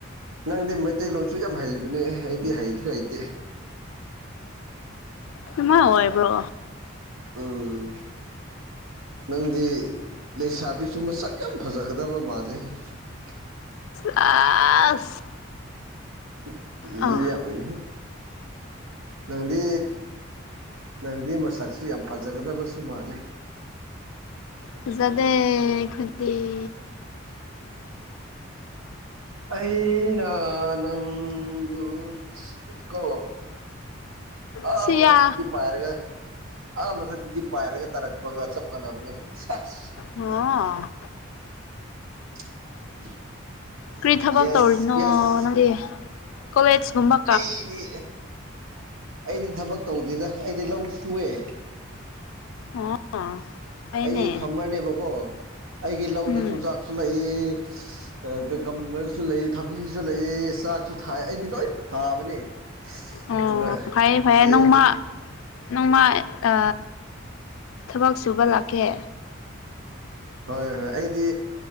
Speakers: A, on the right; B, on the left.
A: ꯅꯪꯗꯤ ꯃꯩꯇꯩꯂꯣꯟꯁꯨ ꯌꯥꯝ ꯍꯩꯕꯅꯦ ꯑꯩꯗꯤ ꯍꯩꯁꯨ ꯍꯩꯇꯦ
B: ꯅꯨꯡꯃꯥꯏ ꯑꯣꯏꯕ꯭ꯔꯣ
A: ꯎꯝ ꯅꯪꯗꯤ ꯂꯩꯁꯥꯕꯤꯁꯨ ꯃꯁꯛ ꯌꯥꯝ ꯐꯖꯒꯗꯕ ꯃꯥꯂꯤ <unintelligible>
B: ꯑꯁ ꯑꯥ
A: ꯅꯪꯗꯤ ꯅꯪꯗꯤ ꯃꯁꯛꯁꯨ ꯌꯥꯝ ꯐꯖꯒꯗꯕꯁꯨ ꯃꯥꯜꯂꯤ
B: ꯐꯖꯗꯦ ꯈꯣꯏꯗꯤ
A: ꯑꯩꯅ ꯅꯪꯕꯨ ꯁꯤꯕꯗꯤꯀꯣ ꯑꯥ
B: ꯁꯤꯌꯥ
A: ꯃꯊꯛꯇꯒꯤ ꯄꯥꯏꯔꯒ ꯑꯥ ꯃꯊꯛꯇꯒꯤ ꯄꯥꯏꯔꯒ ꯇꯥꯔꯛꯄꯒ ꯆꯞ ꯃꯥꯟꯅꯕꯅꯤ ꯁꯦꯁ
B: ꯑꯣ
A: <unintelligible>
B: ꯀ꯭ꯔꯤ ꯊꯕꯛ
A: ꯌꯦꯁ
B: ꯇꯧꯔꯤꯅꯣ
A: ꯄꯤꯌꯥꯁ
B: ꯅꯪꯗꯤ ꯀꯣꯂꯦꯖꯒꯨꯝꯕ
A: ꯑꯩꯗꯤ ꯑꯩꯗꯤ ꯊꯕꯛ ꯇꯧꯗꯦꯗ ꯑꯩꯗꯤ ꯂꯧ ꯁꯨꯑꯦ
B: ꯑꯣ ꯐꯩꯅꯦ
A: ꯑꯩꯗꯤ ꯐꯥꯃꯔꯅꯦꯕꯀꯣ ꯑꯩꯒꯤ ꯂꯧꯗ
B: ꯎꯝ
A: ꯆꯨꯖꯥꯛꯁꯨ ꯂꯩꯌꯦ ꯑꯥ ꯀꯀꯝꯕꯔꯁꯨ ꯂꯩꯌꯦ ꯊꯕꯤꯖꯨ ꯂꯩꯌꯦ ꯆꯥꯛꯁꯨ ꯊꯥꯏ ꯑꯩꯗꯤ ꯂꯣꯏ ꯊꯥꯕꯅꯦ
B: ꯑꯣ
A: ꯑꯗꯨꯒ
B: ꯐꯩꯌꯦ ꯐꯩꯌꯦ ꯅꯣꯡꯃ
A: ꯌꯦꯟꯁꯨ
B: ꯅꯣꯡꯃꯥ ꯑ ꯊꯕꯛ ꯁꯨꯕ ꯂꯥꯛꯀꯦ
A: ꯍꯣꯏ ꯍꯣꯏ ꯑꯩꯗꯤ